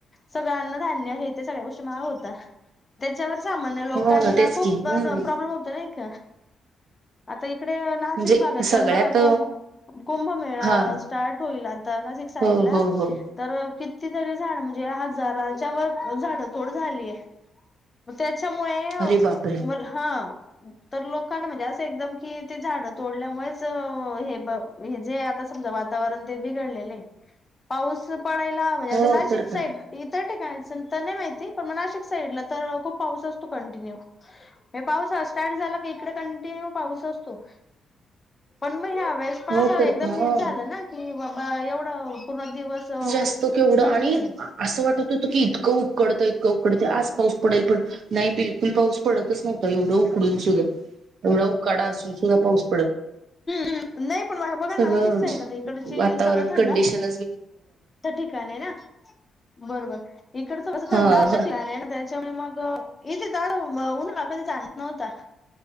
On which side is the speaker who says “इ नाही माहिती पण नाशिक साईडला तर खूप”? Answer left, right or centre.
Left